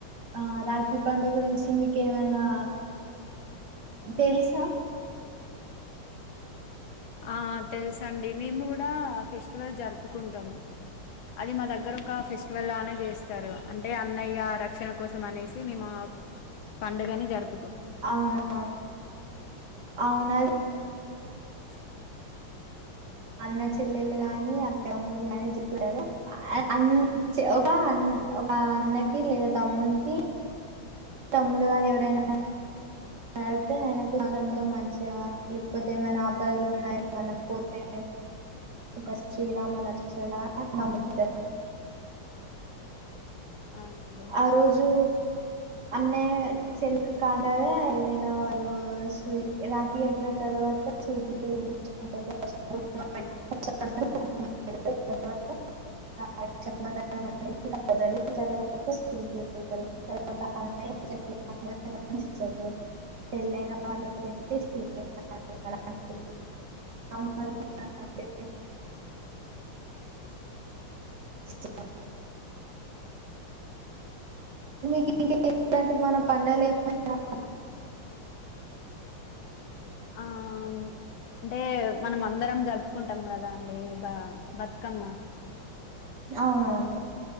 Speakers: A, on the right; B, on the left.
A: ఆ రాఖీ పండుగ గురించి మీకు ఏమైనా తెలుసా
B: ఆ తెలుసండి మేము కూడా ఫెస్టివల్ జరుపుకుంటాము అది మా దగ్గర ఒక ఫెస్ట్ వల్ లానే చేస్తారు అంటే అన్నయ్య రక్షణ కోసం అనేసి మేమా పండుగని జరుపు
A: అవును అవును అవునది
B: <inaudible>
A: అన్న చెల్లెళ్లు గాని అక్క అమ్ములు గాని చెపారు అన్ ఒక అన్న ఒక అన్నకి లేదా తమ్మునికి తమ్ముడు గాని ఎవరనా కడితే ఆయన చాలా మంచిగా లేకపోతే ఏమైనా ఆపదలు ఉన్నా ఏమన్నా పోతే ఒక శ్రీరామ రక్షగా నమ్ముతరు
B: అవునండి
A: ఆ రోజు అన్నయ చెల్లకు కానుకగా ఏదనా వాళ్ళు స్వీట్ రాఖీ పెట్టిన తర్వాత స్వీట్లు తినిపిచికుంటరు ఫస్ట్ కుంకుమ పెటుకుంటారు ఫస్ట్ అన్నయ్య కు కుంకుమ పెడతారు తర్వాత ఆ రక్షబంధనం అనేది కడతారు తరువాత కొంచం స్వీట్ పెడుతారు తర్వాత అన్నయ్య చెలెళ్లి కాళ్ళు ఏమన్నా ఇస్తారు పెళ్ళన వాళ్లకు ఐతే చీర అలాంటివి పెడతారు అన్నయ్య అంటే <unintelligible> <unintelligible> మీకు ఇంకా ఇలాంటి మన పండలు ఏమైనా <inaudible>
B: ఆమ్ అంటే మనం అందరం జరుపుకుంటాం కదా అండి బా బతుకమ్మ
A: అవునవును